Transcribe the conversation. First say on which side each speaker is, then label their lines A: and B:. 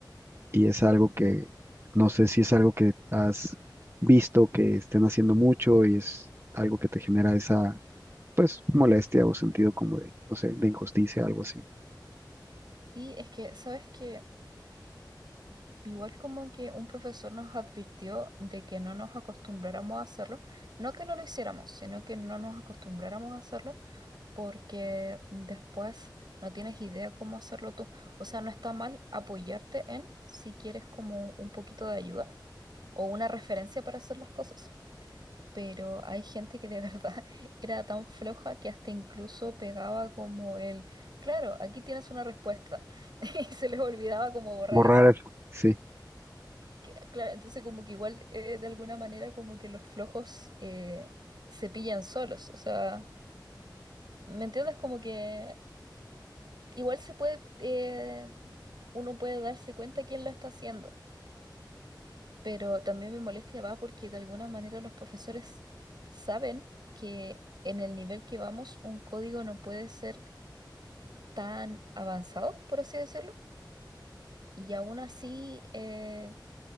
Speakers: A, on the right; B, on the right.
A: y es algo que no sé si es algo que has visto que estén haciendo mucho y es algo que te genera esa pues molestia o sentido como de, no sé, de injusticia, algo así.
B: Sí, es que, ¿sabes que Igual como que un profesor nos advirtió de que no nos acostumbráramos a hacerlo, no que no lo hiciéramos, sino que no nos acostumbráramos a hacerlo porque después no tienes idea cómo hacerlo tú. O sea, no está mal apoyarte en si quieres como un poquito de ayuda o una referencia para hacer las cosas, pero hay gente que de verdad <laughs> era tan floja que hasta incluso pegaba como el, claro, aquí tienes una respuesta <laughs> y se les olvidaba como borrar
A: Borrar
B: eso.
A: eso. Sí,
B: Que- claro, entonces como que igual eh, de alguna manera como que los flojos eh, se pillan solos, o sea, ¿me entiendes? Como que igual se puede, eh, uno puede darse cuenta quién lo está haciendo, pero también me molestia va porque de alguna manera los profesores saben que en el nivel que vamos un código no puede ser tan avanzado, por así decirlo, y aún así eh,